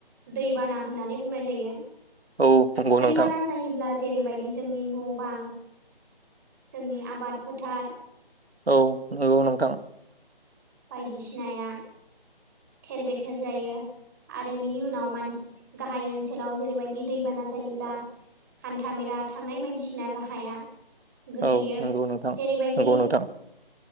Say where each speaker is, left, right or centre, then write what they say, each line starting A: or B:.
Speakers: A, on the right; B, on the right.
A: दैबाना होननानै बुंनाय जायो
B: औ नंगौ
A: दैबाना
B: नोंथां
A: जायोब्ला जेरैबायदि जोंनि न' बां जोंनि आबाद फोथार
B: औ नंगौ नोंथां।
A: बायदिसिनाया थेर बेथेर जायो। आरो बिनि उनाव मानसि गाहाय ओनसोलाव जेरै बायदि दैबाना जायोब्ला हान्था-मेला थांनाय बायदिसिना राहाया गोथेयो
B: औ नंगौ नोंथां
A: जेरैबायदि
B: नंगौ नोंथां